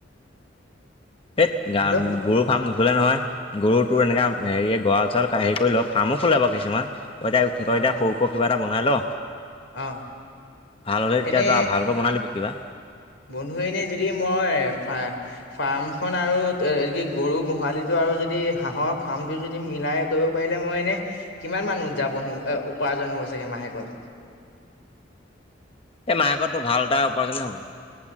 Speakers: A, on the left; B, on the left.
A: সেই গা,
B: হেল্ল'
A: গৰু ফাৰ্ম নুখোলে নহয় গৰুটোৰ এনেকৈ হেৰি গঁৰাল, চৰাল হেৰি কৰি লওঁ ফাৰ্মো খোলে বাৰু কিছুমান। তই এতিয়াঁত এয়া
B: অ
A: সৰুক কিবা এটা বনাই ল।
B: অ
A: ভাল হ'লে তেতিয়া
B: এনে
A: এ ভালকৈ বনালিবি কিবা।
B: বন্ধু এনে যদি মই ফাৰ্মখন আৰু কি গৰু গোহালিটো আৰু যদি হাঁহৰ ফাৰ্মটো যদি মিলাই কৰিব পাৰিলে মই এনে কিমান মান উদযাপন হ'ব উপাৰ্জন হ'ব চাগে মাহেকত।
A: এই মাহেকতো ভাল এটা উপাৰ্জ হ'ব।